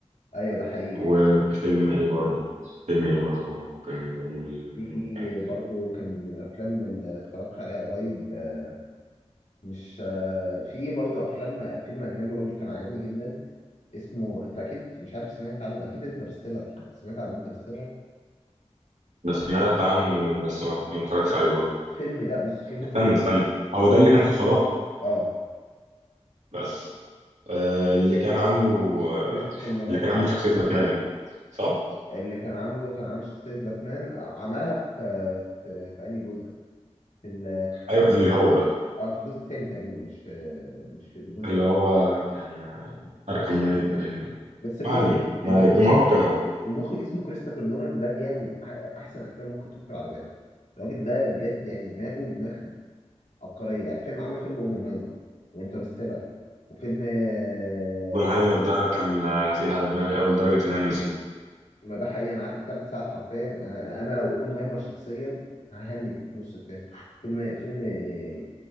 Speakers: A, on the left; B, on the right.
A: ايوه ده حقيقي
B: وفيلم ايه برضه فيلم ايه برضه ممكن نقول
A: في
B: انه كان
A: برضو
B: حلو
A: كان من الافلام اللي اتفرجت عليها قريب آه، مش آه، في برضو افلام فيلم اجنبي برضو كان عجبني جدا اسمه انت اكيد مش عارف سمعت عنه اكيد انترستيلر سمعت عن انترستيلر
B: بس سمعت عنه بس ما ما اتفرجش عليه برضه
A: الفيلم ده بص فيه مخرج
B: استنى
A: اسمه
B: استنى هو ده اللي كان في الفضاء
A: اه
B: بس آه، اللي كان عامله آه،
A: كريستوفر نولان
B: اللي كان عامل شخصية باتمان صح؟
A: اللي كان عامله كان عامل شخصية باتمان آه، عملها في آه، في في انهي جزء في ال
B: أيوة اللي هو ده
A: اه في الجزء الثاني تقريبا مش في مش في الجزء
B: اللي
A: ده
B: هو كان
A: مش
B: أركام
A: فاكر
B: نايت
A: اسمه
B: باين ولا-
A: بس المخرج
B: ما علينا ما
A: المخرج
B: علينا المهم
A: اسمه
B: كان هو
A: المخرج اسمه كريستوفر نولان ده بيعمل أح- احسن افلام ممكن تخطر على بالك الراجل ده بجد يعني دماغه دماغ عبقريه يعني فيلم عمل فيلم اوبنهايمر وانترستيلر وفيلم آه،
B: اوبنهايمر ده كان آه، تقيل على دماغي أول درجة إن أنا نسيه
A: ما ده حقيقي انا قعدت ثلاث ساعات حرفيا انا انا لو اوبنهايمر شخصيا ههنج في نص الفيلم فيلم فيلم آه،